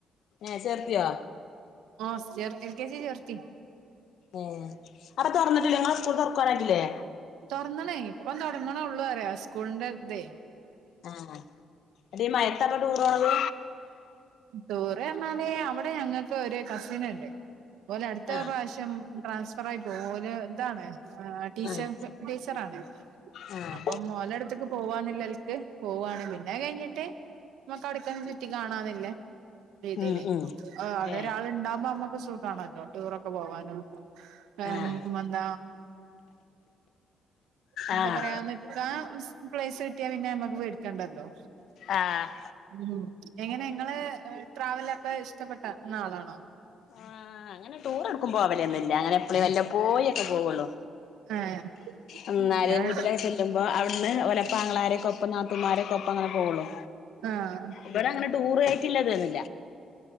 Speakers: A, on the left; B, on the right.
A: ഏഹ് ചേർത്തിയോ
B: ആഹ് ചേർ എൽ കെ ജി ചേർത്തി
A: ഏഹ് അവിടെ തുറന്നിട്ടില്ല ങ്ങളെ സ്കൂൾ തുറക്കാനായിട്ടില്ലേ
B: തൊർന്ന്ണ് ഇപ്പം തോട്ങ്ണോള്ളൂ അറിയ സ്കൂൾന്റെതേ
A: ആഹ് ന്നട്ട് ഈ മയത്തപ്പ ടൂറോണത്
B: ടൂർ അർഞ്ഞാല് അവിടെ ഞങ്ങക്ക് ഒരു കസിന്ണ്ട് വോലെ അടുത്ത
A: ആഹ്
B: പ്രാവശ്യം ട്രാൻസ്ഫർ ആയി പോവൂ ഓല് താണ് ഏഹ് ടീച്ചർപെ
A: ആഹ്
B: ടീച്ചർ ആണ്
A: ആഹ്
B: അപ്പംമോലെടുത്ക്ക് പോവന്നില്ലൽക്ക് പോവാണ് പിന്നെ കഴിഞ്ഞിട്ട് മക്കടക്കൊന്നും ചുറ്റി കാണാന്നില്ലേ രീതിലേ
A: ഉം ഉം
B: അവിടെ
A: ഏഹ്
B: ഒരാള് ണ്ടാഉമ്പോ നമ്മുക്ക് സുഖാണല്ലോ ടൂറൊക്കെ പോവാനും <unintelligible>
A: ആഹ്
B: മന്ത എന്താ
A: ആഹ്
B: പറയാന്ന് ക്കാ പ്ലേസ് കിട്ടിയാ പിന്നെ നമ്മക്ക് പേടിക്കണ്ടല്ലോ
A: ആഹ്
B: ഉം എങ്ങനെ ങ്ങള് ട്രാവലൊക്കെ ഇഷ്ടപ്പെട്ടന്ന ആളാണോ
A: ആഹ് അങ്ങനെ ടൂർ എടുക്കും പോവലന്നുല്ല അങ്ങനെ എപ്പളു വല്ല പോയൊക്കെ പോവുള്ളു
B: ആഹ്
A: ഉം ന്നാല്
B: ഞാൻ
A: വീട്ടിലൊക്കെ ചെല്ലുമ്പോ അവിടുന്ന് ഒലപ്പ ആങ്ങളാരൊക്കെ ഒപ്പം ന്നാ തൂമാരൊക്കെ ഒപ്പങ്ങനെ പോവുള്ളു
B: ആഹ്
A: ഇവിടെ അങ്ങനെ ടൂറ് ആയ്ട്ടില്ല ത് ന്നു